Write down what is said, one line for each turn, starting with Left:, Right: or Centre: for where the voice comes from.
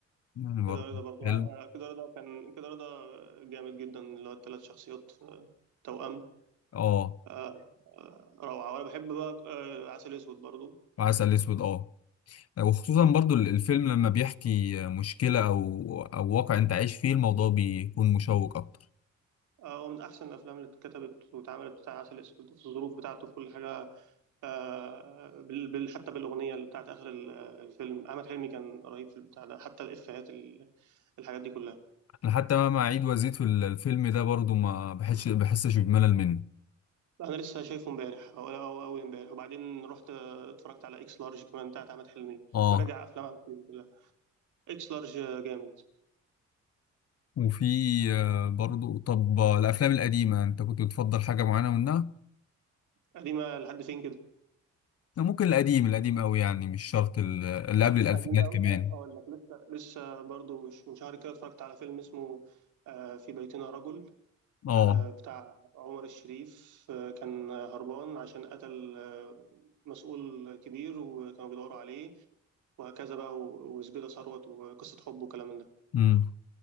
Left: يعني برضو
Right: كده رضا برضو
Left: حلم
Right: ع- آه، كده رضا كان كده رضا جامد جدا اللي هو الثلاث شخصيات آه، توأم
Left: آه
Right: آه، آه، روعة وأنا بحب بقى آه، عسل أسود برضو
Left: وعسل أسود آه وخصوصا برضو ال- الفيلم لما بيحكي مشكلة أو أو واقع أنت عايش فيه الموضوع بيكون مشوق أكتر
Right: آه، هو من أحسن الأفلام اللي اتكتبت واتعملت بتاع عسل أسود في الظروف بتاعته في كل حاجة آه، بال... بال- حتى بالأغنية اللي بتاعت آخر ال- الفيلم أحمد حلمي كان رهيب في البتاع ده حتى الإفيهات ال- الحاجات دي كلها
Left: أنا حتى مهما أعيد وأزيد في ال- الفيلم ده برضو ما بحسش بحسش بملل منه
Right: أنا لسه شايفه امبارح أو أو أول امبارح وبعدين رحت آه، اتفرجت على إكس لارج كمان بتاعت أحمد حلمي
Left: آه
Right: براجع أفلام أحمد حلمي كلها إكس لارج آه، جامد
Left: وفي آه، برضو طب آه، الأفلام القديمة أنت كنت بتفضل حاجة معينة منها؟
Right: قديمة لحد فين كده
Left: ممكن القديم القديم قوي يعني مش شرط ال- اللي قبل الألفينات
Right: قديم قوي
Left: كمان
Right: أه، اقول لك لسه لسه برضو مش- من شهر كده اتفرجت على فيلم اسمه آه، في بيتنا رجل
Left: اه
Right: آه، بتاع عمر الشريف آه، كان هربان عشان قتل آه، مسؤول كبير وكانوا بيدوروا عليه وهكذا بقى و- وزبيدة ثروت وقصة حب وكلام من ده
Left: امم